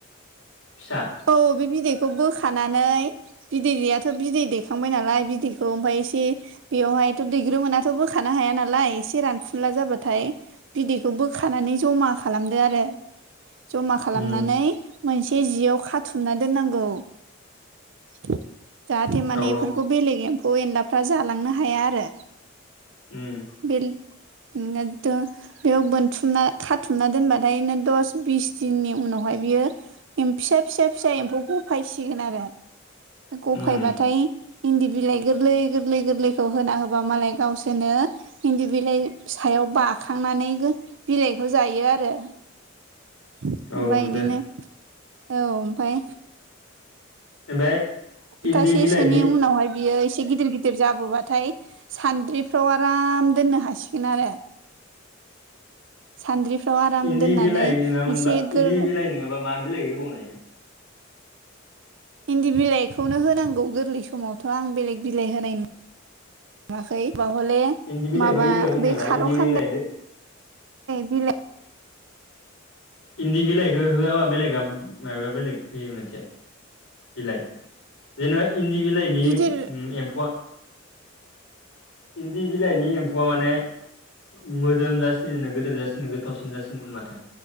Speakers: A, on the left; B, on the right.
A: फिसा
B: औ बे बिदैखौ बोखानानै बिदैयाथ' बिदै दैखांबाय नालाय बिदैखौ ओमफ्राय एसे बेवहायथ' दैग्रोमोनाथ' बोखानो हाया नालाय एसे रानफुला जाबाथाय बिदैखौ बोखानानै जमा खालामदो आरो जमा खालामनानै
A: उम
B: मोनसे जियाव खाथुमना दोननांगौ जाहाथे माने
A: औ
B: बेफोरखौ बेलेग एम्फौ एनलाफ्रा जालांनो हाया आरो
A: उम
B: बेल <unintelligible> बेयाव बोनथुमना खाथुमना दोनबाथायनो दस बिस दिननि उनावहाय बियो फिसा फिसा फिसा एम्फौ गफायसिगोन आरो गफायबाथाय
A: उम
B: इन्दि बिलाइ गोरलै गोरलै गोरलैखौ होना होबा मालाय गावसोरनो इन्दि बिलाइ सायाव बाखांनानै बिलाइखौ जायो आरो ओमफफ्राय
A: औ नुदो
B: बिदिनो औ ओमफाय
A: ओमफ्राय
B: सप्थासेसोनि
A: इन्दि बिलाइनि
B: उनावहाय बियो एसे गिदिर गिदिर गिदिर जाबोबाथाय सान्द्रिफ्राव आराम दोननो हासिगोन आरो सान्द्रिफ्राव आराम
A: इन्दि
B: दोननानै
A: बिलाइ नङामोनबा
B: एसे गोर
A: इन्दि बिलाइ ङाबा मा बिलाइ होबावनो हायो
B: इन्दि बिलाइखौनो होनांगौ गोरलै समावथ' आं बेलेग बिलाइ होनाय नो थाखै ब हले
A: इन्दि बिलाइखौ
B: माबा
A: होयो होननायालाय
B: बे खार'
A: इन्दि
B: खान्दा
A: बिलाइदो
B: बि
A: इन्दि बिलाइखौ होआबा बेलेगा माबा बेलेग होयो मोनसे बिलाइ जेनेबा इन्दि बिलाइनि
B: गिदिर
A: एम्फौआ इन्दि बिलाइनि एम्फौआ माने उ मोदोम जासिनोनो गोदोर जासिनो गोथावसिन जासिनो माथो